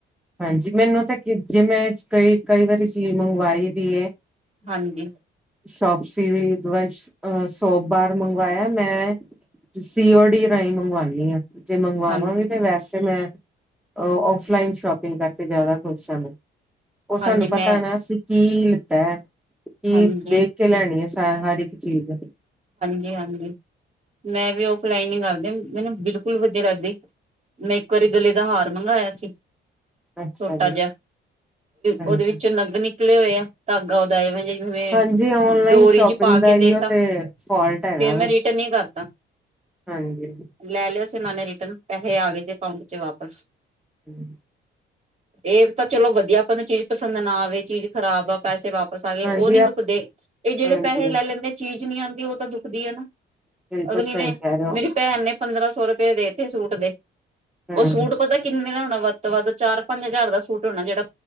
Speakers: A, in the centre; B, on the right.
A: ਹਾਂਜੀ ਮੈਨੂੰ ਤਾਂ ਜੇ ਮੈਂ ਕਈ ਕਈ ਵਾਰੀ ਚੀਜ਼ ਮੰਗਵਾਈ ਵੀ
B: ਹਾਂਜੀ।
A: ਸ਼ੋਪ ਸੀਰੀ ਵ ਅ ਸੋਪ ਬਾਰ ਮੰਗਵਾਇਆ ਮੈਂ ਸੀਓ ਡੀ ਰਾਹੀਂ ਮੰਗਵਾਣੀ ਆਂ। ਜੇ ਮੰਗਵਾਵਾਂਗੇ
B: ਹਾਂਜੀ
A: ਤੇ ਵੈਸੇ ਮੈਂ ਅ ਔਫਲਾਈਨ ਸ਼ੋਪ ਤੇਰੇ ਕਰਕੇ ਜਿਆਦਾ ਖੁਸ਼ ਆਣ ਉਹ
B: ਹਾਂਜੀ
A: ਸਾਨੂੰ ਪਤਾ
B: ਮੈਂ
A: ਆਨਾਂ ਅਸੀਂ ਕੀ ਲਿੱਤਾ ਐ ਕੀ
B: ਹਾਂਜੀ
A: ਦੇਖ ਕੇ ਲੈਣੀ ਅਸੀ ਹ ਹਰ ਇੱਕ ਚੀਜ਼
B: ਜੀ ਹਾਂਜੀ ਮੈਂ ਵੀ ਔਫਲਾਈਨ ਹੀ ਕਰਦੇ ਮੈਨੂੰ ਬਿਲਕੁਲ ਵਧੀਆ ਲੱਗਦੀ ਮੈਂ ਇੱਕ ਵਾਰੀ ਗਲੇ ਦਾ ਹਾਰ ਮੰਗਾਇਆ ਸੀ। ਛੋਟਾ
A: ਅੱਛਾ ਜੀ
B: ਜਿਹਾ
A: ਹਾਂਜੀ
B: ਉਹਦੇ ਵਿੱਚੋ ਨਗਨੀ ਨਿਕਲੇ ਹੋਏ ਆ ਧਾਗਾ ਉਹਦਾ ਐਵੇਂ ਜੀ ਜਿਵੇਂ
A: ਹਾਂਜੀ ਔਨਲਾਈਨ
B: ਡੋਰੀ
A: ਸ਼ੋਪਿੰਗ
B: ਪਾ
A: ਦਾ
B: ਕੇ ਦੇਤਾ
A: ਇਹੀਓ ਤੇ
B: ਫੇਰ
A: ਫੋਲਟ ਹੈਗਾ ਵਾ
B: ਮੈਂ ਰਿਟਨ ਹੀ ਕਰਤਾ,
A: ਹਾਂਜੀ
B: ਲੈ ਲਿਆ ਸੀ। ਨਾਲੇ ਰਿਟਰਨ ਪੈਹੇ ਆ ਗਏ ਤੇ ਅਕਾਊਂਟ ਚ ਵਾਪਸ
A: ਹਂ।
B: ਇਹ ਵੀ ਤਾਂ ਚਲੋ ਵਧੀਆ ਆਪਾਂ ਨੂੰ ਚੀਜ਼ ਪਸੰਦ ਨਾ ਆਵੇ ਚੀਜ਼ ਖਰਾਬ ਆ ਪੈਸੇ ਵਾਪ ਸ ਆਏ
A: ਹਾਂਜੀ
B: ਉਹ ਨੀ ਦੁਖਦੇ ਇਹ ਜਿਹੜੇ
A: ਹਾਂਜੀ
B: ਪੈਸੇ ਲੈ ਲੈਂਦੇ <inaudible> ਚੀਜ਼ ਨੀ ਆਉਂਦੀ ਉਹ ਤਾਂ ਦੁ <inaudible> ਦੀ ਆ ਨਾ
A: ਬਿਲਕੁਲ
B: ਅਗਲੀ
A: ਸਹੀ
B: ਨੇ,
A: ਕਹਿ ਰਹੇ ਹੋ
B: ਮੇਰੀ ਭੈਣ ਨੇ ਪੰਦਰਾਂ ਸੌ ਰੁਪਏ ਦੇਤੇ ਸੂਟ ਦੇ।
A: ਹਮ
B: ਉਹ ਸੂਟ ਪਤਾ ਕਿੰਨੇ ਦਾ ਹੋਨ ਵੱਧ ਤੋਂ ਵੱਧ ਚਾਰ ਪੰਜ ਹਜ਼ਾਰ ਦਾ ਸੂਟ ਹੋਣਾ, ਜਿਹੜਾ